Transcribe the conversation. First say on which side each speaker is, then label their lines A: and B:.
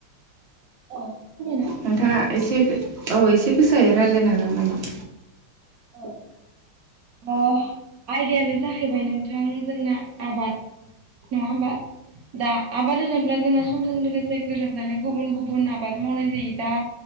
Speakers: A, on the right; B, on the right.
A: अ <unintelligible>
B: नोंथाङा एसे औ एसे गोसायै रायलायनो हागोन नामा
A: औ अह आयदायानो जाहैबाय नोंथां जोंना आबाद नङा होमबा दा आबाद होनोब्ला जोंङो समजों लोगोसे गोरोबनानै गुबुन गुबुन आबाद मावनाय जायो दा